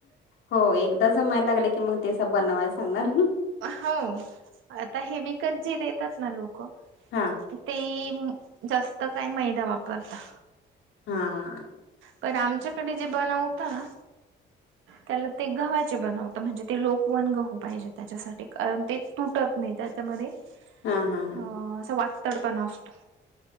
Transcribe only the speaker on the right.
हो आता हे विकत जे देतात ना लोक
ते जास्त काय मैदा वापरता
पण आमच्याकडे जे बनाव होता ना
त्याला ते गव्हाचे बनवत म्हणजे ते लोकवन गहू पाहिजे त्याच्यासाठी कारण ते तुटत नाही त्याच्यामध्ये
अ असं वाततड पण असत